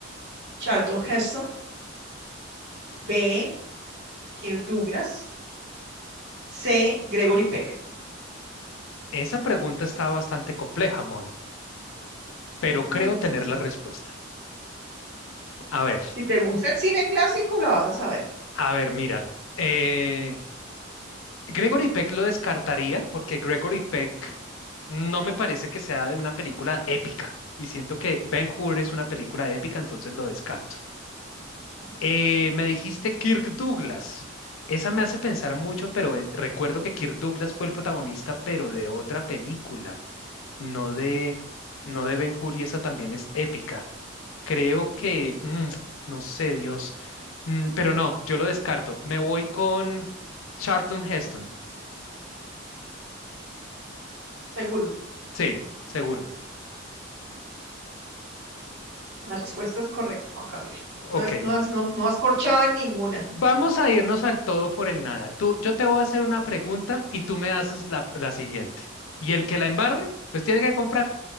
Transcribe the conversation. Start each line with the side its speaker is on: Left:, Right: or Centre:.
Right: Charlton Heston. B. Kirk Douglas. C. Gregory Peck.
Left: Esa pregunta está bastante compleja, Moni, pero creo
Right: <laughs>
Left: tener la respuesta. A ver,
Right: Si te gusta el cine clásico, la vas a saber.
Left: a ver, mira. eh, Gregory Peck lo descartaría porque Gregory Peck no me parece que sea de una película épica y siento que Ben-Hur es una película épica, entonces lo descarto.
Right: Ujú.
Left: Eh, me dijiste Kirk Douglas. Esa me hace pensar mucho, pero eh, recuerdo que Kirk Douglas fue el protagonista, pero de otra película, no de, no de Ben-Hur y esa también es épica. Creo que, mm, no sé, Dios. Mm, pero no, yo lo descarto. Me voy con Charlton Heston.
Right: Seguro.
Left: Sí, seguro.
Right: La respuesta es correcta, Juan Camilo.
Left: Ok.
Right: No, es, no, has, no, no has corchado en ninguna.
Left: Vamos a irnos al todo por el nada. Tú, yo te voy a hacer una pregunta y tú me haces la, la siguiente. Y el que la embarre, pues tiene que comprar